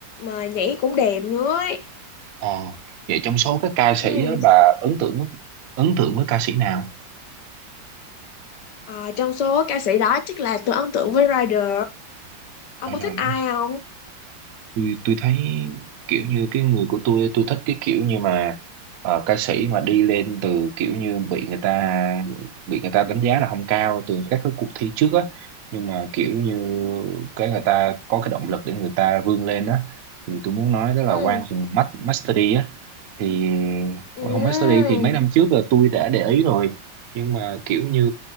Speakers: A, on the left; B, on the right.
A: mà nhảy cũng đẹp nữa ấy.
B: Ờ, vậy trong số các ca sĩ
A: Ừ.
B: á, bà ấn tượng ấn tượng với ca sĩ nào?
A: Ờ, trong số ca sĩ đó chắc là tôi ấn tượng với Rider. Ông
B: Hay
A: có
B: được.
A: thích ai không?
B: tôi tôi thấy kiểu như cái người của tôi tôi thích cái kiểu như mà ờ, ca sĩ mà đi lên từ kiểu như bị người ta bị người ta đánh giá là không cao từ các cái cuộc thi trước á nhưng mà kiểu như cái người ta có cái động lực để người ta vươn lên á thì tôi muốn nói đó là
A: Ừ.
B: Quang Hùng Mac- Master D á thì
A: Ừ.
B: qua home study thì mấy năm trước là tôi đã để ý rồi nhưng mà kiểu như